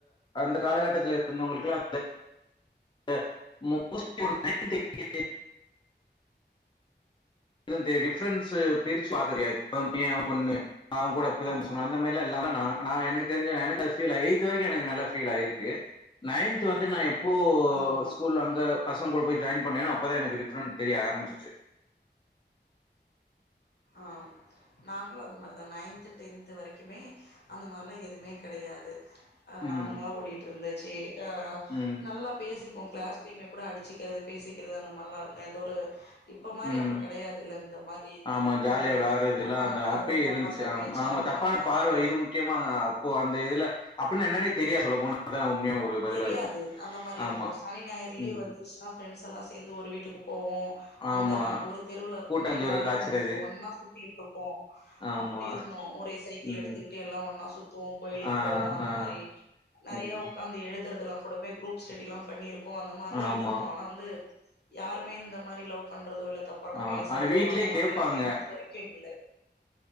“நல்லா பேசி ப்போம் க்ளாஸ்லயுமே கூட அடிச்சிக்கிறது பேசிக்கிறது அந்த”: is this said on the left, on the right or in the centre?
Left